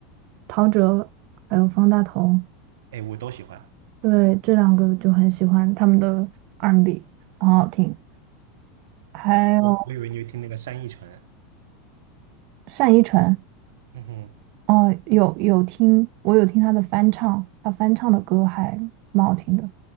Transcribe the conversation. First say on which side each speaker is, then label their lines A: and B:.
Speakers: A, on the right; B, on the right.
A: 陶喆还有方大同，
B: n 哎，我都喜欢。
A: 对，这两个就很喜欢他们的 R&B，很好听，还有
B: 我我以为你会听那个山一传，
A: 单依纯，
B: 嗯哼，
A: 哦，有有听，我有听他的翻唱，他翻唱的歌还蛮好听的，